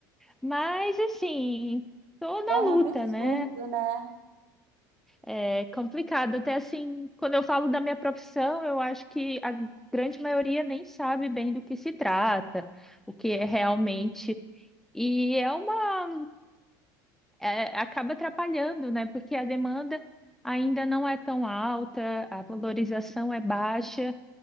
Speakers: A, in the centre; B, on the right (about 70°).
A: Mas assim, tô na
B: É um absurdo,
A: luta, né?
B: né?
A: É complicado. Até assim, quando eu falo da minha profissão, eu acho que a grande maioria nem sabe bem do que se trata, o que é realmente. E é uma, é- acaba atrapalhando, né? Porque a demanda ainda não é tão alta, a valorização é baixa.